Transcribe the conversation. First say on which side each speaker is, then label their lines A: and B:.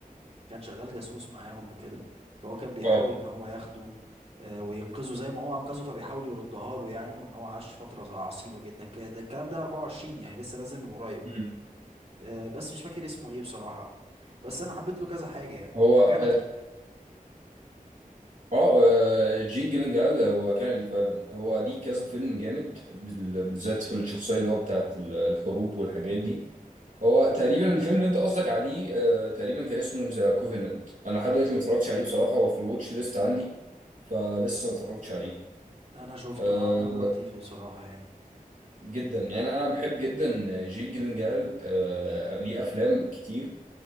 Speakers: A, on the right; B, on the right.
A: كان شغال جاسوس معاهم وكده فهو كان بيحاول
B: اه
A: ان هو ياخده آه، وينقذه زي ما هو انقذه فبيحاول يردها له يعني وان هو عاش فترة عصيبة جدا ك- ده الكلام ده 24 يعني لسه نازل من قريب
B: امم
A: آه، بس مش فاكر اسمه ايه بصراحة بس انا حبيت له كذا حاجة يعني
B: هو
A: هو
B: اه
A: كندي
B: آه، جيك جيلنهال هو كندي فعلا هو ليه كذا فيلم جامد بال- بالذات في الشخصيه اللي هو بتاعت ال- الحروب والحاجات دي هو تقريبا الفيلم اللي انت قصدك عليه آه، تقريبا كان اسمه ذا كوفيننت انا لحد دلوقتي ما اتفرجتش عليه بصراحه هو في الواتش ليست عندي فلسه ما اتفرجتش عليه
A: انا شفته
B: آه،
A: اه كان لطيف بصراحة يعني
B: جدا يعني انا بحب جدا جيك جيلنهال آه، ليه افلام كتير